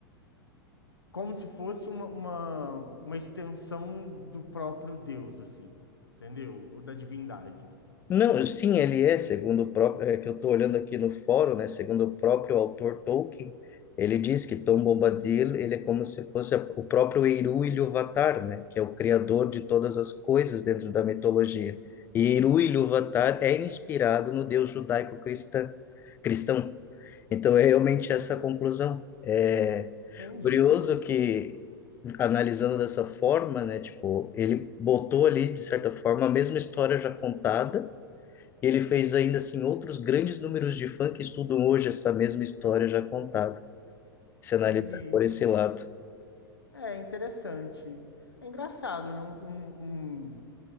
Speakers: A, on the left (about 75°); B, on the left (about 15°).
A: como se fosse uma, uma, uma extensão do próprio Deus, assim, entendeu? Ou da divindade.
B: Não, sim, ele é, segundo o próprio, é que eu estou olhando aqui no fórum, né, segundo o próprio autor Tolkien, ele diz que Tom Bombadil, ele é como se fosse a- o próprio Eru Ilúvatar, né, que é o criador de todas as coisas dentro da mitologia. E Eru Ilúvatar é inspirado no Deus judaico-cristão, cristão. Então é realmente essa a conclusão. É
A: Entendi,
B: curioso que analisando dessa forma, né, tipo, ele botou ali de certa forma a mesma história já contada e ele fez ainda assim outros grandes números de fã que estudam hoje essa mesma história já contada, se analisar
A: entendi.
B: por esse lado.
A: É interessante. É engraçado, né? Um, um- um